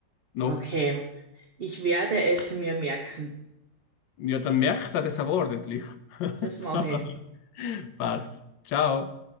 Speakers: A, on the left; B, on the right.
A: Noch.
B: Okay, ich werde es mir merken.
A: Ja, dann merkt er das aber ordentlich. <laughs>
B: Das mache ich.
A: Passt. Ciao.